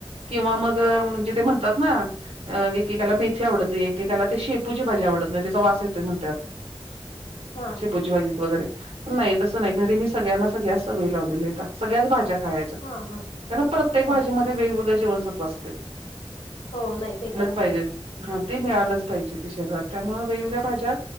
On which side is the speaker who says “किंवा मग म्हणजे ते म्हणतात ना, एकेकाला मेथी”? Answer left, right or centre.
Right